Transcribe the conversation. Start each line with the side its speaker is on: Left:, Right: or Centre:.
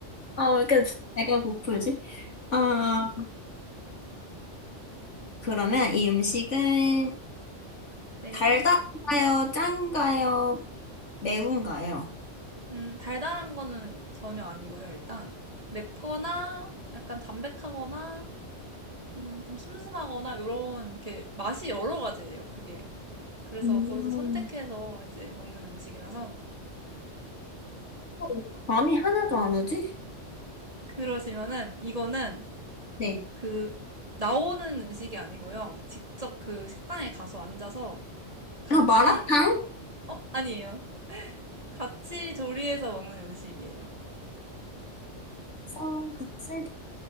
Left: 아, 왜 이렇게 배가 고프지? 아, 그러면 이 음식은
Right: 네.
Left: 달달한가요? 짠가요? 매운가요?
Right: 음, 달달한 거는 전혀 아니고요, 일단. 맵거나 약간 담백하거나 음, 좀 슴슴하거나 요런 이렇게 맛이 여러 가지예요, 그게. 그래서
Left: 음,
Right: 거기서 선택해서 이제 먹는 음식이라서
Left: 어, 감이 하나도 안 오지?
Right: 그러시면은 이거는
Left: 네.
Right: 그 나오는 음식이 아니고요. 직접 그 식당에 가서 앉아서 같이
Left: 아, 마라탕?
Right: 어, 아니에요. 같이 조리해서 먹는 음식이에요.
Left: 쌀